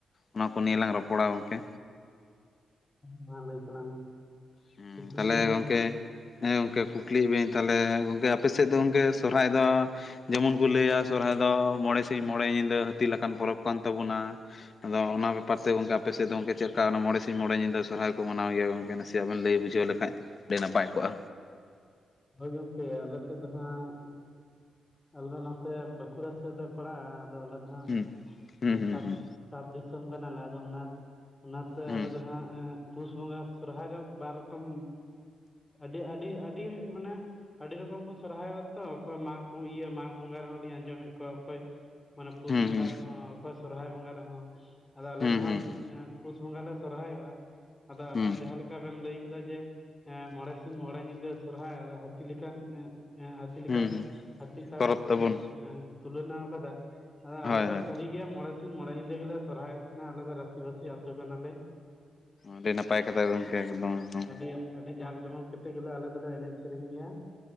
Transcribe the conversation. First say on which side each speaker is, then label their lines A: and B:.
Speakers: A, on the left; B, on the left.
A: ᱚᱱᱟ ᱠᱚ ᱱᱤᱭᱮᱹᱞᱟᱝ ᱨᱚᱯᱚᱲᱟ ᱜᱚᱢᱠᱮ᱾
B: ᱢᱟ ᱞᱟᱹᱭ ᱛᱟᱞᱟᱝ ᱢᱮ᱾
A: ᱦᱩᱸ
B: ᱠᱩᱠᱞᱤ
A: ᱛᱟᱦᱞᱮ
B: ᱫᱚᱦᱚᱭ
A: ᱜᱚᱢᱠᱮ
B: ᱢᱮ?
A: ᱦᱮᱸ ᱜᱚᱢᱠᱮ ᱠᱩᱠᱞᱤ ᱭᱮᱜ ᱢᱤᱭᱟᱹᱧ ᱛᱟᱦᱚᱞᱮ ᱾ ᱜᱚᱢᱠᱮ ᱟᱯᱮ ᱥᱮᱫ ᱫᱚ ᱜᱚᱢᱠᱮ ᱥᱚᱨᱦᱟᱭ ᱫᱚ ᱡᱮᱢᱚᱱ ᱠᱚ ᱞᱟᱹᱭ-ᱟ ᱥᱚᱨᱦᱟᱭ ᱫᱚ ᱢᱚᱬᱮ ᱥᱤᱧ ᱢᱚᱬᱮ ᱧᱤᱫᱟᱹ ᱦᱟᱹᱛᱤ ᱞᱮᱠᱟᱱ ᱯᱚᱨᱚᱵᱽ ᱠᱟᱱ ᱛᱟᱵᱳᱱᱟ᱾ ᱟᱫᱚ ᱚᱱᱟ ᱵᱮᱯᱟᱨ ᱛᱮ ᱜᱚᱢᱠᱮ ᱟᱯᱮ ᱥᱮᱫ ᱫᱚ ᱜᱚᱢᱠᱮ ᱪᱮᱜ ᱞᱮᱠᱟ ᱚᱱᱟ ᱢᱚᱬᱮ ᱥᱤᱧ ᱢᱚᱬᱮ ᱧᱤᱫᱟᱹ ᱥᱚᱨᱦᱟᱭ ᱠᱚ ᱢᱟᱱᱟᱣ ᱜᱮᱭᱟ ᱜᱚᱢᱠᱮ ᱱᱟᱥᱮ ᱛᱮ ᱵᱮᱱ ᱞᱟᱹᱭ ᱵᱩᱡᱷᱟᱹᱣ ᱞᱮᱠᱷᱟᱡ ᱟᱹᱰᱤ ᱱᱟᱯᱟᱭ ᱠᱚᱜᱼᱟ᱾
B: ᱦᱚᱭ ᱜᱚᱢᱠᱮ ᱟᱞᱮ ᱥᱮᱫ ᱫᱚ ᱦᱟᱸᱜ᱾ ᱟᱞᱮ ᱱᱚᱛᱮ ᱵᱟᱸᱠᱩᱲᱟ ᱥᱮᱜ ᱞᱮ ᱯᱟᱲᱟᱜ ᱟᱫᱚ ᱟᱞᱮ ᱦᱟᱸᱜ
A: ᱦᱩᱸ ᱦᱩᱸ ᱦᱩᱸ
B: ᱥᱟᱛ ᱥᱟᱛ ᱫᱤᱥᱚᱢ ᱠᱟᱱᱟᱞᱮ ᱟᱫᱚ ᱚᱱᱟ ᱚᱱᱟ ᱛᱮ
A: ᱦᱩᱸ
B: ᱟᱞᱮ ᱫᱚ ᱦᱟᱸᱜ ᱮᱸᱜ ᱯᱩᱥ ᱵᱚᱸᱜᱟ ᱥᱚᱨᱦᱟᱭ ᱫᱚ ᱵᱟᱨ ᱨᱚᱠᱚᱢ ᱟᱹᱰᱤ ᱟᱹᱰᱤ ᱟᱹᱰᱤ ᱢᱟᱱᱮ ᱟᱹᱰᱤ ᱨᱚᱠᱚᱢ ᱠᱚ ᱥᱚᱨᱦᱟᱭᱚᱜᱼᱟ ᱛᱚ ᱚᱠᱚᱭ ᱢᱟᱜᱽ ᱤᱭᱟᱹ ᱢᱟᱜᱽ ᱵᱚᱸᱜᱟ ᱨᱮᱦᱚᱸ ᱞᱤᱧ ᱟᱸᱡᱚᱢᱮᱫ ᱠᱚᱣᱟ ᱚᱠᱚᱭ- ᱢᱟᱱᱮ ᱯᱩᱥ
A: ᱦᱩᱸ
B: ᱵᱚᱸᱝᱜᱟ
A: ᱦᱩᱸ
B: ᱨᱮᱦᱚᱸ ᱚᱠᱚᱭ ᱥᱚᱨᱦᱟᱭ ᱵᱚᱸᱝᱜᱟ ᱨᱮᱦᱚᱸ ᱟᱫᱚ ᱟᱞᱮ
A: ᱦᱩᱸ
B: ᱫᱚ ᱦᱟᱸᱜ
A: ᱦᱩᱸ ᱦᱩᱸ ᱦᱩᱸ
B: ᱮᱸᱜ ᱯᱩᱥ ᱵᱚᱸᱝᱜᱟ ᱞᱮ ᱥᱚᱨᱦᱟᱭᱚᱜᱼᱟ ᱾ ᱟᱫᱚ
A: ᱦᱩᱸ
B: ᱟᱵᱮᱱ ᱡᱟᱦᱟᱸ ᱞᱮᱠ ᱠᱟ ᱵᱮᱱ ᱞᱟᱹᱭ ᱠᱮᱫᱟ ᱡᱮ ᱮ ᱢᱚᱬᱮ ᱥᱤᱧ ᱢᱚᱬᱮ ᱧᱤᱫᱟᱹ ᱥᱚᱨᱦᱟᱭ ᱟᱫᱚ ᱦᱟᱹᱛᱤ ᱞᱮᱠᱟᱱ <unintelligible> ᱛᱤ ᱞᱮᱠᱟᱱ
A: ᱦᱩᱸ ᱦᱩᱸ
B: ᱦᱟᱹᱛᱤ ᱥᱟᱶ
A: ᱯᱚᱨᱚᱵᱽ
B: ᱠᱚ ᱛᱩ
A: ᱛᱟᱵᱚᱱ
B: ᱛᱩᱞᱚᱱᱟᱣ ᱠᱟᱫᱟ
A: ᱦᱳᱭ
B: ᱟᱞᱮᱫᱚ
A: ᱦᱳᱭ
B: ᱰᱷᱤᱠ ᱜᱤᱭᱟ ᱢᱚᱬᱮ ᱥᱤᱧ ᱢᱚᱬᱮ ᱧᱤᱫᱟᱹ ᱜᱮᱞᱮ ᱥᱚᱨᱦᱟᱭᱚᱜ ᱛᱟᱦᱮᱱᱟ ᱟᱞᱮ ᱫᱚ ᱨᱟᱹᱥᱤ ᱵᱟᱹᱥᱤ ᱟᱹᱛᱳ ᱠᱟᱱᱟᱞᱮ᱾
A: ᱟᱹᱰᱤ ᱱᱟᱯᱟᱭ ᱠᱟᱛᱷᱟ ᱜᱚᱝᱠᱮ ᱮᱠᱫᱚᱢ ᱮᱠᱫᱚᱢ
B: ᱟᱹᱰᱤ᱾ ᱟᱹᱰᱤ ᱡᱟᱸᱠ ᱡᱚᱢᱚᱠ ᱠᱮᱛᱮᱜ ᱜᱮᱞᱮ ᱟᱞᱮ ᱫᱚᱞᱮ ᱮᱱᱮᱡ ᱥᱮᱨᱮᱧ ᱜᱮᱭᱟ᱾